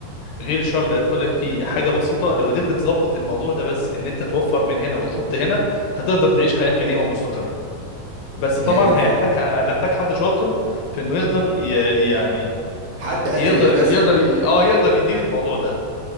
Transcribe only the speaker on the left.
غير الشهر اللي هيدخل لك فيه حاجه بسيطه لو قدرت تظبط الموضوع ده بس ان انت توفر من هنا وتحط هنا هتقدر تعيش حياه كريمه ومستقره بس طبعا
هيحتاج هتحتاج حد شاطر في انه يقدر ي... يعني
يقدر
يقدر ي- اه يقدر يدير الموضوع ده